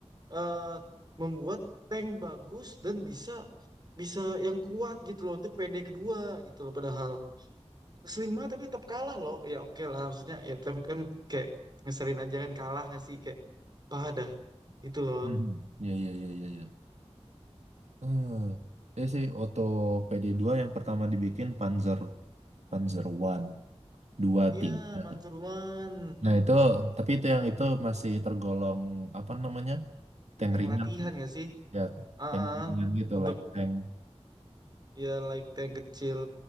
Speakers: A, on the right; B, on the right.
A: eh, membuat tank bagus dan bisa bisa yang kuat gitu loh untuk PD kedua gitu loh padahal. Sering banget tapi tetap kalah loh. Ya oke lah maksudnya ya tapi kan kayak ngeselin aja kan kalah nggak sih kayak padah itu loh.
B: Hmm. Iya, iya, iya, iya, iya. Hmm. Ini sih Otto PD2 yang pertama dibikin Panzer Panzer One, dua,
A: Iya
B: tiga.
A: Panseruan
B: Nah itu, tapi itu yang itu masih tergolong apa namanya tank
A: tank
B: ringan
A: latihan
B: sih,
A: nggak sih?
B: ya
A: Ah,
B: tank ringan gitu,
A: untuk
B: like tank.
A: ya like tank kecil